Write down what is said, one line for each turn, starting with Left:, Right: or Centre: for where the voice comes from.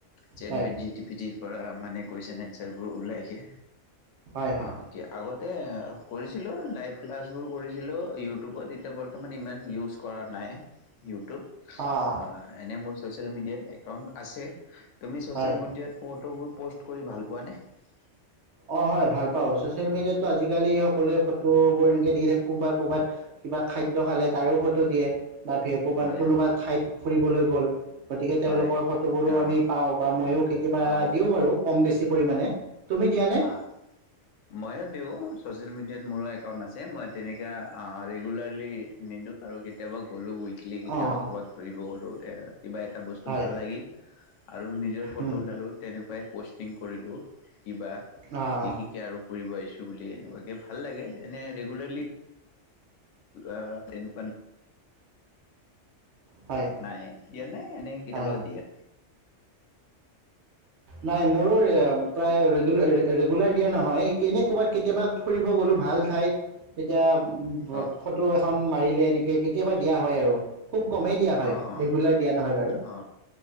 Left: চেট
Right: হয়
Left: জি টি পি। পৰা মানে কুৱেশ্যন এনচাৰবোৰ ওলাই যে।
Right: হয় হয়
Left: অ কি আগত। তেওঁ। কৰিছিলো লাইভ ক্লাছবোৰ কৰিছিলো ইউটিউব। ইউটিউবত এতিয়া বৰ্তমান ইমান ইউজ কৰা নাই ইউটিউব।
Right: অঁ অঁ
Left: অ এনে মোৰ। ছ'চিয়েল মিডিয়াত একাউণ্ট। আছে তুমি'চিয়েল
Right: হয়
Left: মডিয়াত ফটোবোৰ। পষ্ট কৰি ভাল পোৱা নে ।
Right: অ হয় হয় ছচিয়েল মিডিয়াতো আজিকালি সকলোৱে ফটোবোৰ এনেকে দি থাকে কোনোবা ক'বাত কিবা খাদ্য খালে তাৰো ফটো দিয়ে। বাকি কবাত
Left: হয়
Right: কোনোবা
Left: হয়।
Right: ঠাইত ফুৰিবলৈ গ'ল। গতিকে তেওঁলোকৰ
Left: হয়।
Right: ফটোবোৰো
Left: অ'
Right: আমি পাওঁ বা ময়ো। কেতিয়াবা
Left: পাওঁ
Right: দিওঁ বাৰু কম বেছি পৰিমানে তুমি দিয়া নে।
Left: অহ মইও দিওঁ ছচিয়েল মিডিয়াত। মোৰো একাউণ্ট আছে মই। তেনেকা অ ৰেগুলাৰলি। নিদিওঁ আৰু কেতিয়াবা গ'লো বুলি। খিলি কেতিয়াও
Right: অ'
Left: ঘূৰিবও গলো এ কিবা এটা বস্তো
Right: হয়
Left: ভাল লাগিল আৰু নিজৰ ফটো। ফটো
Right: উম
Left: উলালো তেনেকুৱাই। প'ষ্টিং কৰিলোঁ উঃ। কিবা
Right: অ'
Left: লিখিকে
Right: অ'
Left: আৰু ফুৰিব আহিছোঁ। বুলি এনেকুৱাকে ভাল লাগে এনে ৰেগুলাৰলি আহ এনেকুৱা
Right: হয়
Left: নাই দিয়া নাই এনেই কেতিয়াবা
Right: হয় হয়
Left: দিয়া
Right: নাই মোৰো প্ৰায় ৰেগুলাৰ দিয়া নহয় এনেই ক'ৰবাত কেতিয়াবা ফুৰিব গ'লো ভাল ঠাইত এতিয়া
Left: অ
Right: ফটো এখন মাৰিলে এনেকে কেতিয়াবা দিয়া হয় আৰু খুব কমেই দিয়া হয়
Left: অ অ
Right: ৰেগুলাৰ দিয়া নহয় বাৰু
Left: অ